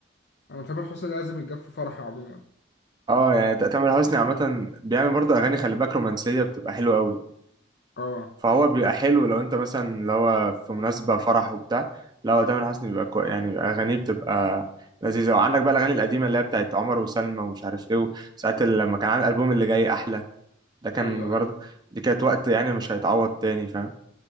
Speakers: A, on the left; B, on the right.
A: انا تامر حسني لازم يتجاب في فرحي عموما
B: اه يعني تامر حسني عامه بيعمل برضه اغاني خلي بالك رومانسيه بتبقى حلوه قوي
A: اه
B: فهو بيبقى حلو لو انت مثلا اللي هو في مناسبة فرح وبتاع لو تامر حسني بيبقى كوي يعني بيبقى أغانيه بتبقى لذيذة وعندك بقى الأغاني القديمة اللي هي بتاعت عمر وسلمى ومش عارف ايه وساعات ال- لما كان عامل ألبوم اللي جاي أحلى ده كان
A: ايوه
B: برضه
A: ايوه
B: دي كانت وقت يعني مش هيتعوض تاني فاهم